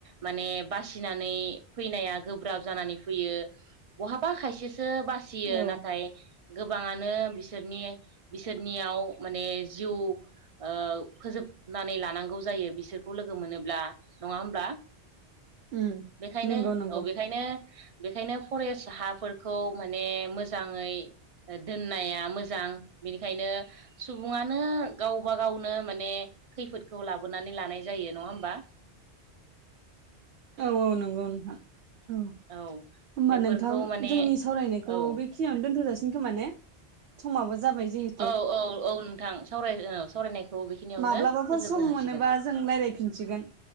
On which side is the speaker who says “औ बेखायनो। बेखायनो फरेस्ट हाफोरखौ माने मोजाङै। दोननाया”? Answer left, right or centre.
Right